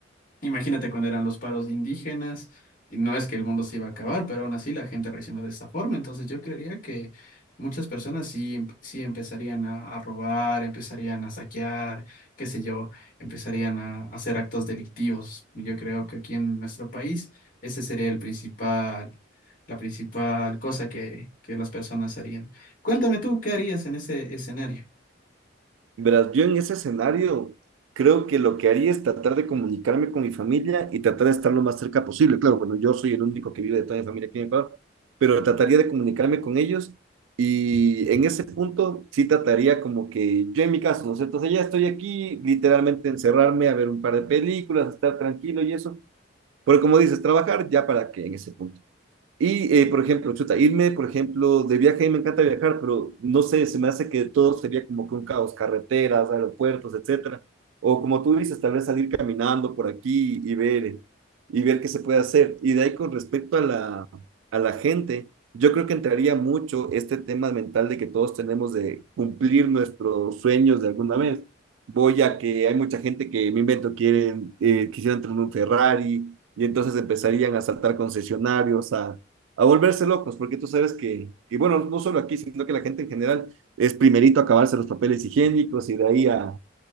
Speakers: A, on the left; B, on the right.
A: Imagínate cuando eran los paros indígenas, y no es que el mundo se iba a acabar, pero aún así la gente reaccionó de esta forma. Entonces yo creería que muchas personas sí, em- sí empezarían a, a robar, empezarían a saquear, qué sé yo, empezarían a, a hacer actos delictivos. Y Yo creo que aquí en nuestro país ese sería el principal, la principal cosa que, que las personas harían. Cuéntame tú, ¿qué harías en ese escenario?
B: Verás, yo en ese escenario creo que lo que haría es tratar de comunicarme con mi familia y tratar de estar lo más cerca posible. Claro, bueno, yo soy el único que vive de toda mi familia aquí en Ecuador, pero trataría de comunicarme con ellos y en ese punto sí trataría como que yo en mi caso, ¿no sé, Entonces ya estoy aquí, literalmente encerrarme a ver un par de películas, estar tranquilo y eso. Porque como dices, trabajar ya para qué en ese punto. Y, eh, por ejemplo, chuta, irme, por ejemplo, de viaje, a mí me encanta viajar, pero no sé, se me hace que todo sería como que un caos, carreteras, aeropuertos, etcétera. O como tú dices, tal vez salir caminando por aquí y ver, eh, y ver qué se puede hacer. Y de ahí con respecto a la, a la gente, yo creo que entraría mucho este tema mental de que todos tenemos de cumplir nuestros sueños de alguna vez. Voy a que hay mucha gente que, me invento, quieren, eh, quisieran tener un Ferrari, y entonces empezarían a saltar concesionarios, a a volverse locos, porque tú sabes que, y bueno, no solo aquí, sino que la gente en general es primerito a acabarse los papeles higiénicos y de ahí a,